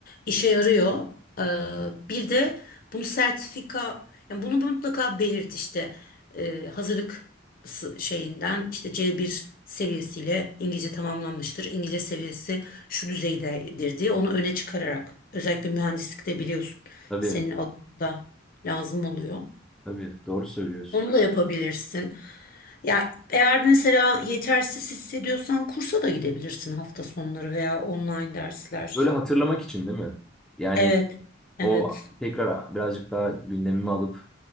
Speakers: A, on the left (about 45°); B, in the centre.
A: işe yarıyor. Ee, bir de bunu sertifika, yani bunu mutlaka belirt işte Ee, hazırlık s- şeyinden işte c bir seviyesiyle İngilizce tamamlanmıştır. İngilizce seviyesi şu düzeydedir diye onu öne çıkararak özellikle mühendislikte biliyorsun
B: tabii.
A: senin alanında lazım oluyor.
B: Tabii doğru söylüyorsun.
A: Onu da yapabilirsin. Ya eğer mesela yetersiz hissediyorsan kursa da gidebilirsin hafta sonları veya online dersler.
B: Böyle hatırlamak için değil mi? Yani
A: Evet, evet.
B: o tekrar birazcık daha gündemimi alıp